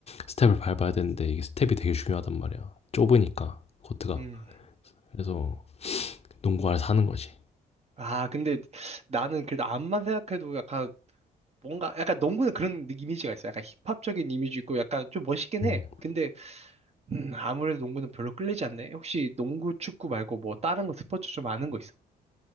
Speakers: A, on the left; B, on the right.
A: 스텝을 밟아야 되는데 이게 스텝이 되게 중요하단 말이야. 좁으니까 코트가.
B: 음.
A: 그래서 농구화를 사는 거지.
B: 아, 근데 나는 그래도 암만 생각해도 약간 뭔가 약간 농구는 그런 느- 이미지가 있어. 약간 힙합적인 이미지 있고 약간 좀 멋있긴
A: 음,
B: 해. 근데 음, 아무래도 농구는 별로 끌리지 않네. 혹시 농구, 축구 말고 뭐 다른 거 스포츠 좀 아는 거 있어?